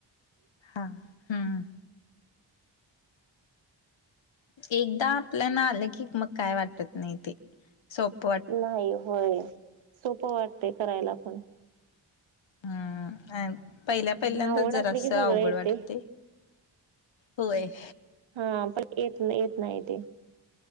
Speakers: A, on the left; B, on the right.
A: हा हम्म. एकदा आपल्याना आलं की मग काय वाटत नाही, ते सोप
B: नाही होय, सोपं वाटतय करायला पण.
A: अ पहिल्या पहिल्यांदाच
B: आवड
A: जरासं
B: असली की सगळं
A: अवघड
B: येते
A: वाटतय. होय.
B: हा पण येत नाही, येत नाही ते.